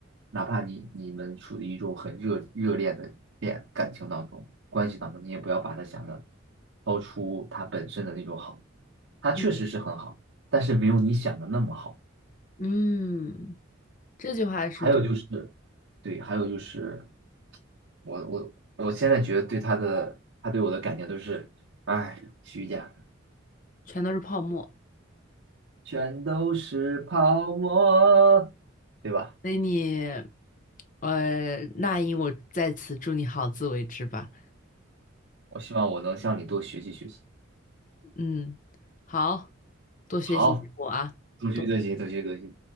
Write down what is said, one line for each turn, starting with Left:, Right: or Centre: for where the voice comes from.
Right: 哪怕你你们处于一种很热热恋的恋感情当中、关系当中，你也不要把他想的超出他本身的那种好，他确实是很好，
Left: 嗯
Right: 但是没有你想的那么好。
Left: 嗯，这句话是对的，
Right: 还有就是，对，还有就是，我我我现在觉得对他的，他对我的感情都是，哎呀虚假。
Left: 全都是泡沫。
Right: 全都是泡沫，对吧？
Left: 所以你，呃，那英，我在此祝你好自为之吧。
Right: 我希望我能向你多学习学习。
Left: 嗯，好，多学习我啊，
Right: 好，多学多学多学多学。
Left: 多。